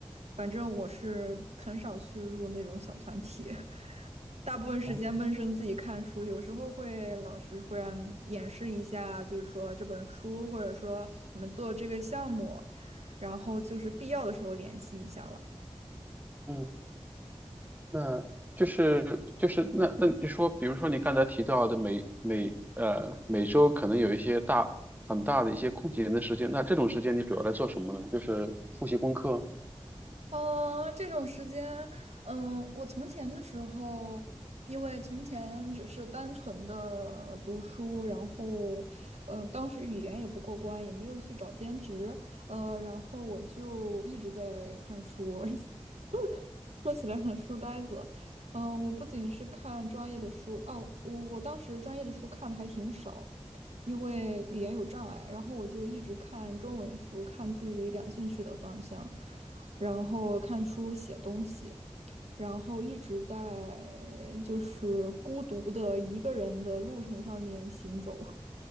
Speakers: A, on the right; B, on the right.
A: 反正我是很少去入那种小团体。<laughs> 大部分时间闷声自己看书，
B: 哦，
A: 有时候会老师会让演示一下，就是说这本书，或者说你们做这个项目，然后就是必要的时候联系一下了。
B: 嗯，那就是就是那那你说，比如说你刚才提到的每每呃每周可能有一些大很大的一些空闲的时间，那这种时间你主要来做什么呢？就是复习功课，
A: 哦，这种时间，嗯，我从前的时候，因为从前只是单纯的读书，然后，嗯，当时语言也不过关，也没有去找兼职，呃，然后我就一直在看书，<laughs> 说起来很书呆子，嗯，我不仅是看专业的书，哦，我我当时专业的书看的还挺少，因为语言有障碍，然后我就一直看中文书，看自己感兴趣的方向。然后看书、写东西，然后一直在就是孤独的一个人的路程上面行走。